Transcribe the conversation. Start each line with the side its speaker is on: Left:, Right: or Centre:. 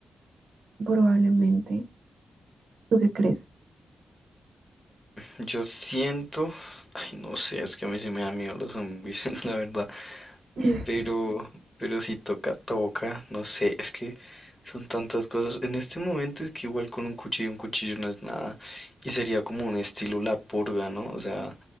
Right: probablemente. ¿Tú qué crees?
Left: Yo siento, ay, no sé, es que a mí sí me da miedo los zombies, <laughs> la verdad.
Right: <laughs>
Left: Pero, pero si toca toca, no sé, es que son tantas cosas. En este momento es que igual con un cuchillo, un cuchillo no es nada. Y sería como un estilo la purga, ¿no? O sea,